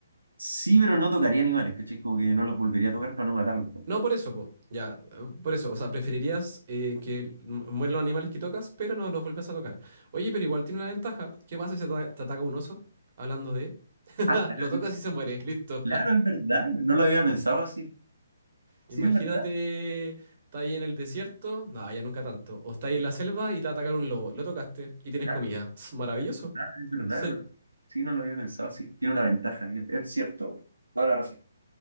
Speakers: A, on the right (about 80°); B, on the right (about 45°).
A: Sí, pero no tocaría animales, ¿cachai? Como que no los volvería a tocar para no matarlos tampoco.
B: No por eso, po. Ya, eh, por eso. O sea, preferirías eh, que mu- mueran los animales que tocas, pero no los vuelves a tocar. Oye, pero igual tiene una ventaja. ¿Qué pasa si te, ata- te ataca un oso? Hablando de... <laughs>
A: Ah, claro,
B: Lo tocas y se muere. Listo.
A: claro, es verdad, no lo había pensado así. Sí,
B: Imagínate,
A: es verdad,
B: está ahí en el desierto, no, ya nunca tanto, o está ahí en la selva y te va a atacar un lobo, lo tocaste y tienes
A: claro,
B: comida. Tss, maravilloso.
A: es verdad, es verdad,
B: Sí,
A: es verdad. Sí, no lo había pensado así, tiene una ventaja, es, es cierto, güey. Toda la razón.